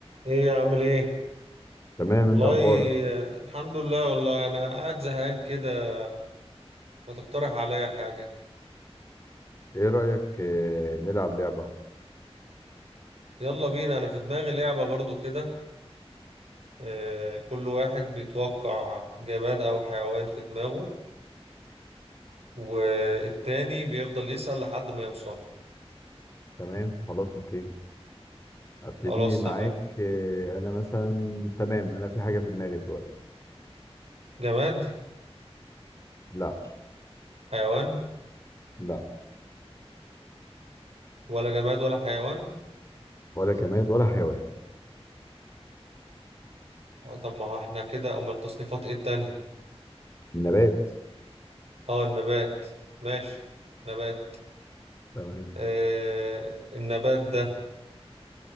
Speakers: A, on the right; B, on the left.
A: ايه عامل ايه
B: تمام
A: والله
B: انت اخبارك
A: آه، الحمد لله والله انا قاعد زهقان كده ما تقترح عليا حاجة
B: ايه رأيك آه، نلعب لعبة
A: يلا بينا انا في دماغي لعبة برضو كده آه، كل واحد بيتوقع جماد او حيوان في دماغه والتاني بيفضل يسأل لحد ما يوصل
B: تمام خلاص اوكي ابتدي
A: خلاص
B: معاك
A: تمام
B: آه، انا مثلا تمام انا في حاجة في دماغي دلوقتي
A: جماد
B: لا
A: حيوان
B: لا
A: ولا جماد ولا حيوان
B: ولا جماد ولا حيوان
A: آه، طب ما احنا كده امال التصنيفات ايه التانية
B: نبات
A: اه النبات ماشي نبات
B: تمام
A: آه النبات ده